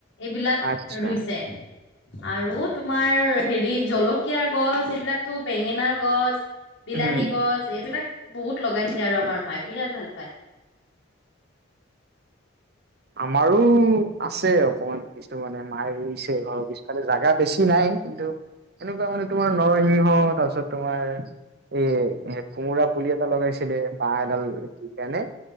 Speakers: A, on the left; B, on the right.
A: এইবিলাক
B: আচ্ছা
A: ৰুইছে। আৰু তোমাৰ হেৰি জলকীয়াৰ গছ এইবিলাকতো বেঙেনাৰ গছ বিলাহী
B: উম
A: গছ এইবিলাক বহুত লগাইছে আৰু আমাৰ মায়ে বিৰাট ভাল পায়।
B: আমাৰো আছে অকমান। কিছু মানে মাৰে ৰুইছে ঘৰৰ পিছফালে জেগা বেছি নাই কিন্তু এনেকুৱা মানে তোমাৰ নৰসিংহ তাৰপিছত তোমাৰ এ কোমোৰা পুলি এটা লগাইছিলে বাঁহ এডাল কি কাৰণে